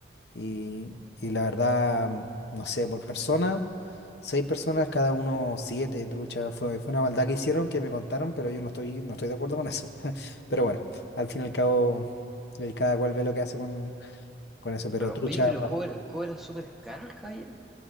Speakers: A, on the left; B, in the centre.
A: Y, y la verdad, no sé, por persona, seis personas, cada uno siete truchas. Fue, fue una maldad que hicieron, que me contaron, pero yo no estoy, no estoy de acuerdo con eso. <laughs> Pero bueno, al fin y al cabo, eh, cada cual ve lo que hace con, con eso. Pero
B: claro,
A: trucha,
B: oye, pero cobra, cobra súper caro el caballero.